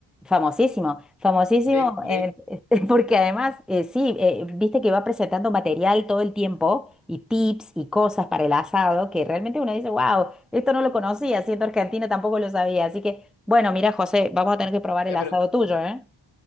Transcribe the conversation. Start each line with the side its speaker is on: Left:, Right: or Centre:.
Centre: Famosísimo, famosísimo,
Left: Le, le,
Centre: eh, <laughs> porque además, eh, sí, eh, viste que va presentando material todo el tiempo y tips y cosas para el asado que realmente uno dice, wow, esto no lo conocía, siendo argentino tampoco lo sabía. Así que, bueno, mira, José, vamos a tener que probar
Left: ya,
Centre: el asado
Left: pero
Centre: tuyo, ¿eh?